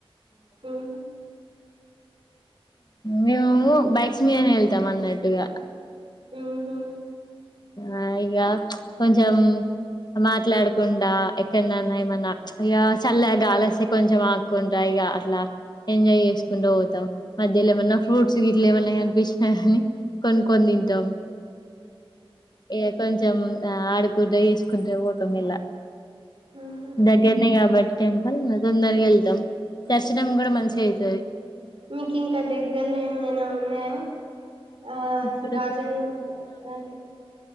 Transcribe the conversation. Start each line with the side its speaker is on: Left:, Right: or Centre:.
Right: ఉహు
Left: మేము బైక్సు మీద వెళ్తాం అన్నట్టుగా
Right: ఉహు ఉహు
Left: ఆ ఇగ ప్చ్ కొంచెం మాట్లాడకుండా ఎక్కన్నన్నా ప్చ్ ఏమన్నా ఇక చల్లగాలిస్తే కొంచెం ఆకుకుంటా ఇక అట్లా ఎంజాయ్ చేసుకుంటూ పోతాం మధ్యలో ఏమన్నా ఫ్రూట్స్ గిట్లు ఏమన్నా కనిపించినా కాని కొనుకొని తింటాం ఏ కొంచం ఆ ఆడుకుంట వేసుకుంట పోతాం ఇలా
Right: ఉహు
Left: దగ్గరనే కాబట్ టెంపుల్ దొందరగా వెళ్తాం దర్శనం కూడా మంచిగ అయితది
Right: మీకు ఇంకా దగ్గర్లో ఏమైనా ఉన్నాయా ఆ
Left: ఇప్పుడు
Right: రాజన్ అంటే